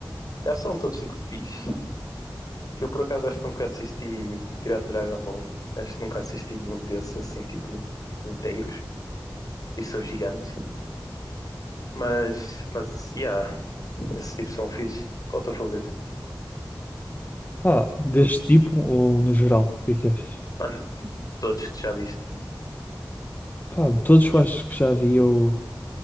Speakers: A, on the left; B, on the left.
A: Acho que são todos tipo fixe. Eu por acaso acho que nunca assisti, tirando Dragon Ball, acho que nunca assisti nenhum desses assim tipo inteiros. E são gigantes. Mas, mas, yeah, esse tipo são fixe. Qual é o teu favorito?
B: pá, deste tipo ou no geral, o que é que achas?
A: Mano, todos que tu já viste.
B: Pá, de todos que eu acho que já vi, eu,